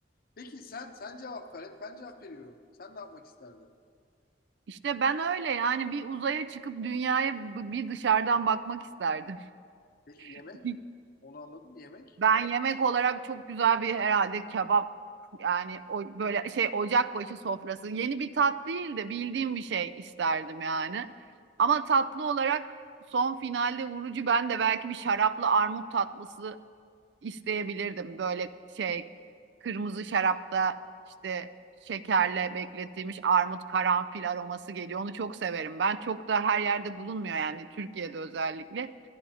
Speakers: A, on the left; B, on the right.
A: Peki sen sen cevap ver. Hep ben cevap veriyorum. Sen ne yapmak isterdin?
B: İşte ben öyle yani bir uzaya çıkıp dünyaya b- bir dışarıdan bakmak isterdim.
A: Peki yemek?
B: <laughs>
A: Onu anladım yemek.
B: Ben yemek olarak çok güzel bir herhalde kebap yani o böyle şey ocakbaşı sofrası yeni bir tat değil de bildiğim bir şey isterdim yani. Ama tatlı olarak son finalde vurucu ben de belki bir şaraplı armut tatlısı isteyebilirdim böyle şey kırmızı şarapta işte şekerle bekletilmiş armut karanfil aroması geliyor. Onu çok severim. Ben çok da her yerde bulunmuyor yani Türkiye'de özellikle.